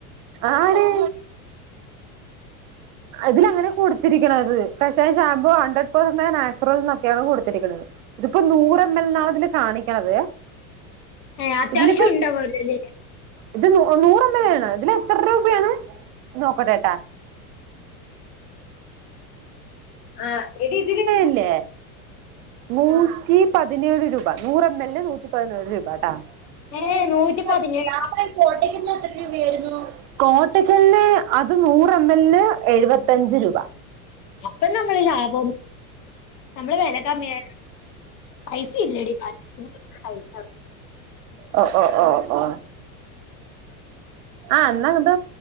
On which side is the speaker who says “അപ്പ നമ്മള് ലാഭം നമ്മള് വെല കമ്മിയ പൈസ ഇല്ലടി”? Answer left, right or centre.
Left